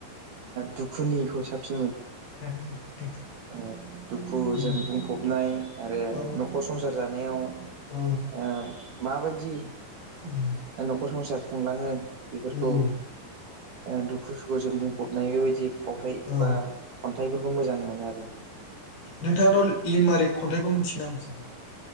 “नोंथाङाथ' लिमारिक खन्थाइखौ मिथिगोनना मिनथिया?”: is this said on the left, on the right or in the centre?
Left